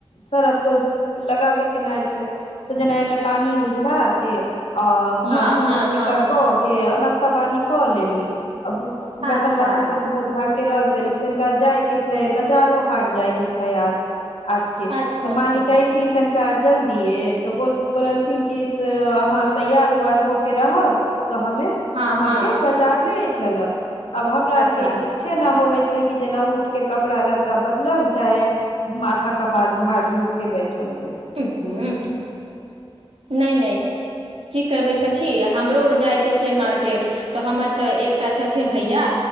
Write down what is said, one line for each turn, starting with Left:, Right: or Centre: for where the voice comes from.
Left: सर्फ तऽ लगाबे के नहि छै तऽ जेना एना पानि उझला के आ अपना
Right: हँ
Left: सिन्दूर
Right: हँ
Left: टीका
Right: हँ
Left: कऽ के आ नाश्ता पानी कऽ लेली बर्तन
Right: अच्छा
Left: बासन सब धो धा के के रख देली तनिका जाय के छै बजारो हाट जाय के छै आजके
Right: अच्छा
Left: तऽ
Right: अच्छा
Left: मालिक एथिन का जल्दिए तऽ बोललथिन कि त अहाँ तैयार उयार होके रहब त हमे
Right: हँ
Left: अहा
Right: हँ
Left: के बजार ले चलब अब हमरा आर
Right: अच्छा
Left: के इच्छा न होवै जेना उठके कपड़ा लता बदल चाहे कपार झाड़ झूड़के बैठब से
Right: ह ह नहि नहि की करबै सखी हमरो जाय के छै मारकेट हमर तऽ एकटा छथिन भैया